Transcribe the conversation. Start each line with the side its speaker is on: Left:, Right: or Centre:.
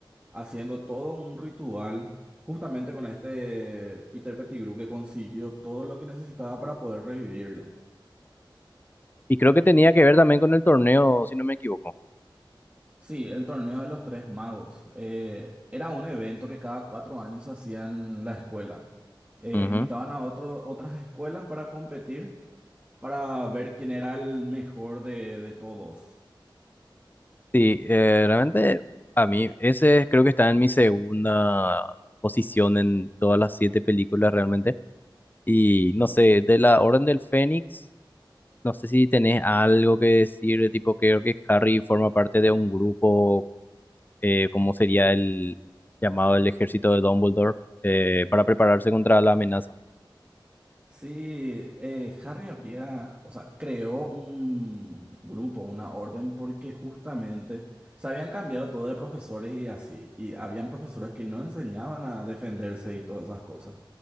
Right: haciendo todo un ritual, justamente con este Peter Pettigrew que consiguió todo lo que necesitaba para poder revivirle.
Left: Y creo que tenía que ver también con el torneo, si no me equivoco.
Right: Sí, el torneo de los tres magos. eh, era un evento que cada cuatro años se hacía en la escuela. Eh,
Left: Ujú.
Right: invitaban a otro- otras escuelas para competir, para ver quién era el mejor de de todos.
Left: Sí, eh, realmente a mí ese creo que está en mi segunda posición en todas las siete películas realmente. Y no sé, de la Orden del Fénix. No sé si tenés algo que decir, de tipo, creo que Harry forma parte de un grupo, eh, como sería el llamado el ejército de Dumbledore, eh, para prepararse contra la amenaza.
Right: Sí, eh, Harry habría, o sea, creó un grupo, una orden, porque justamente se habían cambiado todo de profesores y así, y habían profesores que no enseñaban a defenderse y todas esas cosas.